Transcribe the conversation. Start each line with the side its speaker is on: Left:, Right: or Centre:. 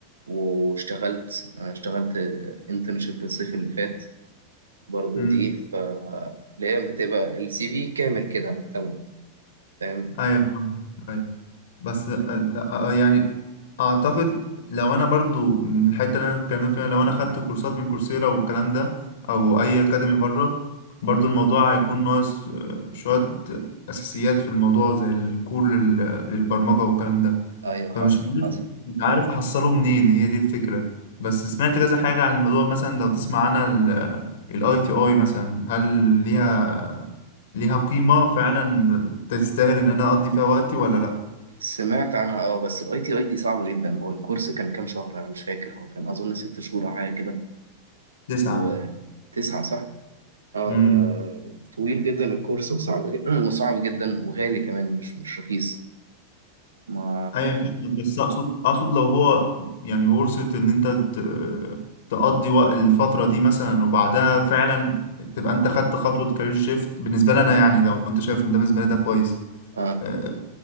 Right: واشتغلت اشتغلت انترنشيب الصيف اللي فات برضه
Left: أمم.
Right: دي فهي بتبقى السي في كامل كده مكتمل فاهم
Left: ايوه فاهم. ايوه بس آه، آه، يعني اعتقد لو انا برضو من الحته اللي انا اتكلمنا فيها لو انا خدت كورسات من كورسيرا والكلام ده او اي اكاديمي بره برضو الموضوع هيكون ناقص آه، شويه اساسيات في الموضوع زي الكور لل- للبرمجه والكلام ده
Right: ايوه حصل
Left: فمش عارف
Right: حصل
Left: مش عارف احصله منين هي دي الفكرة بس سمعت كذا حاجة عن الموضوع مثلا لو تسمع عنها الاي تي اي مثلا هل ليها ليها قيمة فعلا تستاهل ان انا اقضي فيها وقتي ولا لا
Right: سمعت عنها اه بس الاي تي اي دي صعبة جدا هو الكورس كان كام شهر انا مش فاكر هو كان اظن ست شهور او حاجة كده
Left: تسعة
Right: وتسعة صح؟ اه آه،
Left: امم
Right: طويل جدا الكورس وصعب <clears throat> وصعب جدا وغالي كمان مش مش رخيص ما
Left: ايوه فاهمك بس اقصد اقصد لو هو يعني ورثة ان انت ت- تقضي وقت الفترة دي مثلا وبعدها فعلا تبقى انت خدت خطوة كارير شيفت بالنسبة لنا يعني لو انت شايف ان ده بالنسبة لي ده كويس
Right: اه
Left: آه،